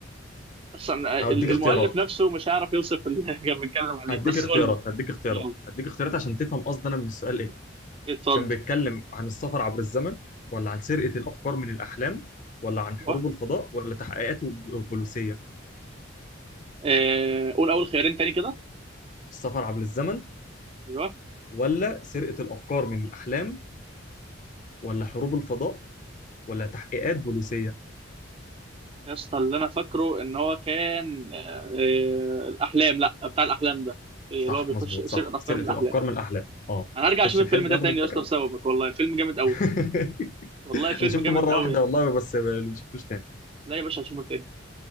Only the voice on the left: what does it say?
هديك
اختيارات
هديك
اختيارات
هديك اختيارات
هديك اختيارات عشان تفهم قصدي انا من السؤال ايه
كان بيتكلم عن السفر عبر الزمن ولا عن سرقة الافكار من الاحلام ولا عن حروب
الفضاء ولا تحقيقات بوليسية
السفر عبر الزمن
ولا سرقة الافكار من الاحلام ولا حروب الفضاء ولا تحقيقات بوليسية
صح
مظبوط
صح
سرقة
الافكار من الاحلام اه
خش
الحلم
ياخد
الفكرة
<laughs>
انا شفته
مرة
واحدة
والله بس ما شفتوش تاني